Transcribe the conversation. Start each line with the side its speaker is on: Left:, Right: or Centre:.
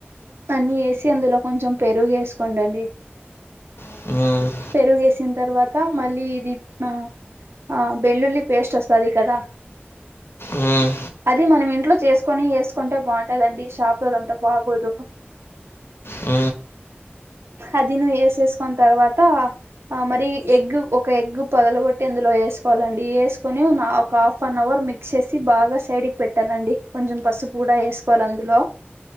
Right: అన్ని వేసి అందులో కొంచెం పెరుగు వేసుకోండి అవి
Left: ఆ
Right: పెరుగేసిన తర్వాత మళ్ళీ ఇది ఆ ఆ వెల్లుల్లి పేస్ట్ వస్తది కదా
Left: మ్మ్.
Right: అది మనం ఇంట్లో చేసుకొని వేసుకుంటే బాగుంటదండి షాప్ లోది అంతా బాగోదు
Left: ఉ
Right: అది ను వేసేసుకున్న తర్వాత మరి ఎగ్ ఒక ఎగ్ పగలగొట్టి అందులో వేసుకోవాలండి వేసుకొని ఒక హాఫ్ అన్ అవర్ వచ్చేసి బాగా సైడ్ కి పెట్టాలండి కొంచెం పసుపు కూడా వేసుకోవాలి అందులో